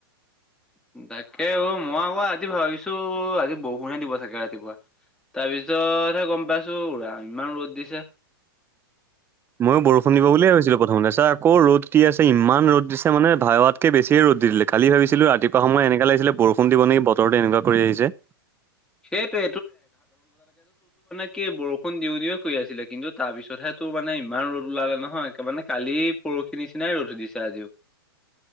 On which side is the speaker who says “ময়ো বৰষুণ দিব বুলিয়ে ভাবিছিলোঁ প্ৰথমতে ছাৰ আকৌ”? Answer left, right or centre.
Right